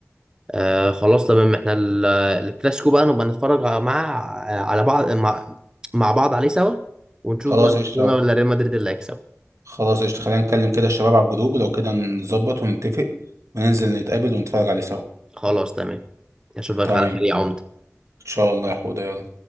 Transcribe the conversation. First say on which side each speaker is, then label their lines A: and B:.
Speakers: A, on the right; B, on the right.
A: آه، خلاص تمام احنا ال- الكلاسيكو بقى نبقى نتفرج مع على بعض مع, مع بعض عليه سوا ونشوف
B: خلاص
A: بقى برشلونة
B: قشطه
A: ولا ريال مدريد اللي هيكسب
B: خلاص قشطه خلينا نتكلم كده الشباب على الجروب ولو كده نظبط ونتفق وننزل نتقابل ونتفرج عليه سوا
A: خلاص تمام أشوفك
B: تمام
A: على خير
B: ان
A: يا عمدة
B: شاء الله يا حوده يلا